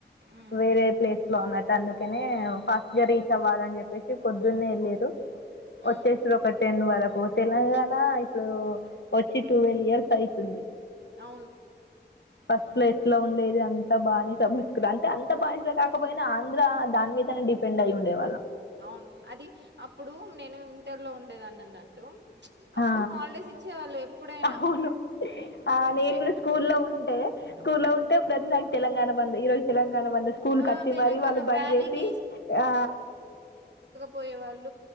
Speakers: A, on the right (about 85°); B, on the left (about 85°).
A: ఉమ్
B: వేరే ప్లేస్ లో అన్నట్టు అందుకనే నే ఫాస్ట్ గా రీచ్ అవ్వాలని చెప్పేసి పొద్దున్నే ఎల్లిర్రు. వచ్చేస్తది
A: ఉమ్
B: ఒక టెన్ వరకు తెలంగాణ ఇప్పుడు వచ్చి టువల్
A: ఉమ్
B: ఇయర్స్ అయితుంది
A: అవును.
B: ఫస్ట్లో ఎట్ల ఉండేది అంతా బానిస బతుకులు అంటే అంతా అంతా బానిసా కాకపోయినా ఆంధ్ర దాని మీద డిపెండయ్యి ఉండే వాళ్ళం
A: అవును అది అప్పుడు నేను ఇంటర్లో ఉండేదని అన్నట్టు అప్పుడు
B: ఆ
A: హాలిడేస్ ఇచ్చేవాళ్ళు ఎప్పుడైనా
B: అవును ఆ
A: ఊకే
B: నేను కూడా స్కూల్లో ఉంటే స్కూల్లో ఉంటే ప్రతి దానిక్ తెలంగాణ బంద్ ఈ రోజు తెలంగాణ బంద్ స్కూల్
A: ఆ
B: కచ్చి
A: తెలంగాణ
B: మరీ వాళ్ళు బంద్
A: ర్యాలీకి
B: చేసి ఆ
A: పోయేవాళ్ళు